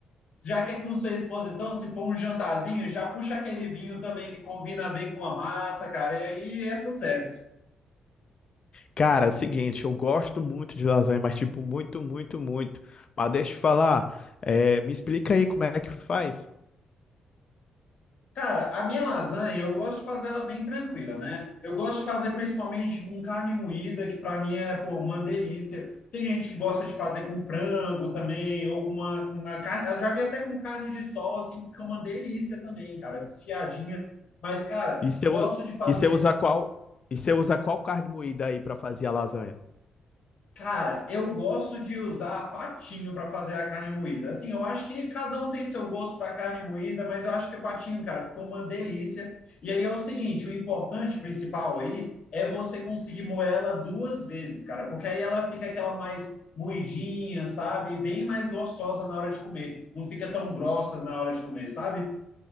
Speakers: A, on the left; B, on the left.
A: já que é com sua esposa, então, se for um jantarzinho, já puxa aquele vinho também que combina bem com a massa, cara, e aí é sucesso.
B: Cara, é o seguinte, eu gosto muito de lasanha, mas tipo, muito, muito, muito. Mas deixa eu falar, é, me explica aí como é que faz.
A: Cara, a minha lasanha, eu gosto de fazer ela bem tranquila, né? Eu gosto de fazer principalmente com carne moída, que para mim é, pô, uma delícia. Tem gente que gosta de fazer com frango também, ou com uma, com uma carne. Eu já vi até com carne de sol, assim, que fica uma delícia também, cara, desfiadinha. Mas, cara,
B: E você,
A: gosto
B: u-
A: de fazer.
B: e você usa qual, e você usa qual carne moída aí pra fazer a lasanha?
A: Cara, eu gosto de usar patinho para fazer a carne moída. Assim, eu acho que cada um tem seu gosto para carne moída, mas eu acho que o patinho, cara, ficou uma delícia. E aí é o seguinte, o importante principal aí é você conseguir moer ela duas vezes, cara, porque aí ela fica aquela mais moidinha, sabe? Bem mais gostosa na hora de comer. Não fica tão grossa na hora de comer, sabe?